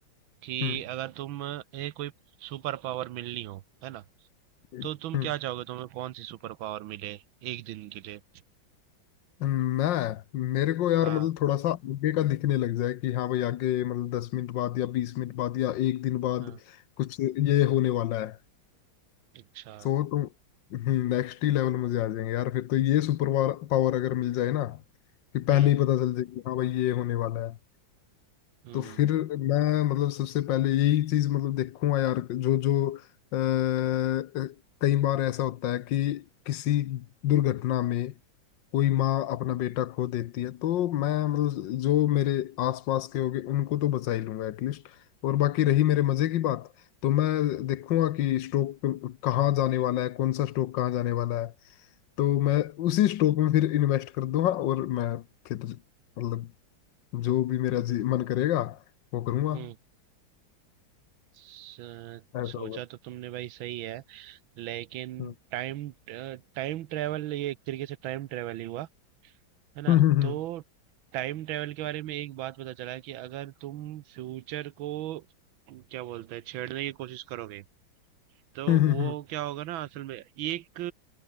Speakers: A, on the right; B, on the left.
A: कि
B: हम्म
A: अगर तुम ये कोई सुपर पावर मिलनी हो है ना
B: हम्म
A: तो तुम
B: हम्म।
A: क्या चाहोगे तुम्हें कौन सी सुपर पावर मिले एक दिन के लिए
B: मैं मेरे को यार
A: हाँ
B: मतलब थोड़ा सा आगे का दिखने लग जाए कि हाँ भाई आगे मतलब दस मिनट बाद या बीस मिनट बाद या एक दिन बाद
A: हाँ
B: कुछ ये होने वाला है
A: अच्छा
B: तो तुम नेक्स्ट ही लेवल मुझे आ जाएंगे यार फिर तो ये सुपर पावर अगर मिल जाए ना कि
A: हम्म
B: पहले ही पता चल जाए कि हाँ भाई ये होने वाला है
A: हम्म
B: तो फिर मैं मतलब सबसे पहले यही चीज मतलब देखूंगा यार जो जो अ, अ, कई बार ऐसा होता है कि किसी दुर्घटना में कोई माँ अपना बेटा खो देती है तो मैं मतलब जो मेरे आसपास के होंगे उनको तो बचा ही लूंगा एटलीस्ट और बाकी रही मेरे मजे की बात तो मैं देखूंगा कि स्टॉक कहाँ जाने वाला है कौन सा स्टॉक कहाँ जाने वाला है तो मैं उसी स्टॉक में फिर इन्वेस्ट कर दूंगा और मैं फिर मतलब जो भी मेरा जी- मन करेगा वो करूंगा
A: हम्म स-
B: ऐसा
A: सोचा
B: होगा
A: तो तुमने भाई सही है लेकिन
B: हाँ।
A: टाइम टाइम ट्रेवल ये एक तरीके से टाइम ट्रेवल ही हुआ
B: <laughs>
A: है ना
B: हम्म। हम्म, हम्म,
A: तो टाइम ट्रेवल के बारे में एक बात पता चला कि अगर तुम फ्यूचर को क्या बोलते हैं छेड़ने की कोशिश करोगे तो
B: हम्म, हम्म,
A: वो
B: हम्म,
A: क्या होगा ना असल में एक